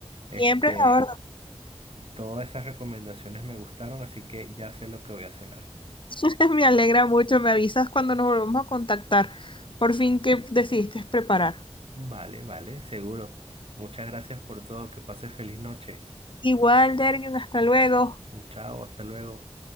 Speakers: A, on the right; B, on the left.
A: Este,
B: Siempre la orden.
A: todas esas recomendaciones me gustaron, así que ya sé lo que voy a cenar.
B: <laughs> Me alegra mucho, me avisas cuando nos volvamos a contactar. Por fin, ¿qué decidiste preparar?
A: Vale, vale, seguro. Muchas gracias por todo. Que pase feliz noche.
B: Igual, Dergen, hasta luego.
A: Chao, hasta luego.